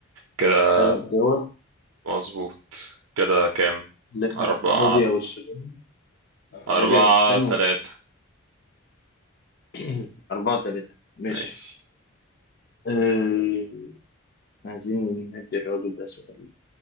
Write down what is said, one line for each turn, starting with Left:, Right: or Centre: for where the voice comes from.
Right: كده.
Left: ثلاث دول
Right: مظبوط كده كام
Left: ليبي-
Right: أربعة
Left: ليبيا والسودان آه،
Right: أربعة
Left: ليبيا والسودان
Right: تلاتة
Left: وتونس <clears throat> أربعة ثلاثة ماشي
Right: ماشي
Left: آه، عايزين ندي الراجل ده سؤال